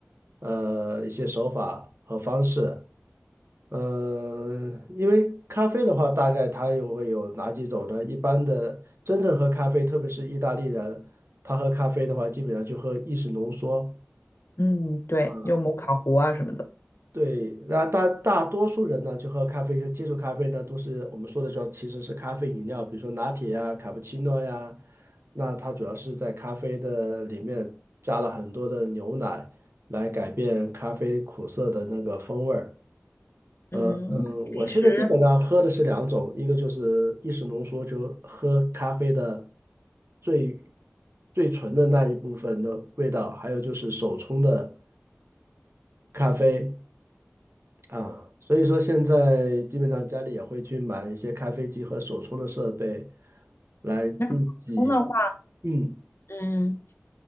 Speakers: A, on the right; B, on the left.
A: 呃一些手法和方式。嗯，呃因为咖啡的话，大概它又会有哪几种呢？一般的，真正喝咖啡，特别是意大利人，他喝咖啡的话，基本上就喝意式浓缩。
B: 嗯，对，
A: 啊。
B: 就摩卡壶啊什么的。
A: 对，那大大多数人呢，就喝咖啡和接触咖啡呢，都是我们说的叫其实是咖啡饮料，比如说拿铁呀、卡布奇诺呀。那它主要是在咖啡的里面加了很多的牛奶，来改变咖啡苦涩的那个风味儿。
B: 嗯，
A: 呃嗯，
B: 你平时？
A: 我现在基本上喝的是两种，一个就是意式浓缩，就喝咖啡的最最纯的那一部分的味道，还有就是手冲的咖啡。啊，所以说现在基本上家里也会去买一些咖啡机和手冲的设备，来自己，
B: 那普通的话，
A: 嗯，
B: 嗯，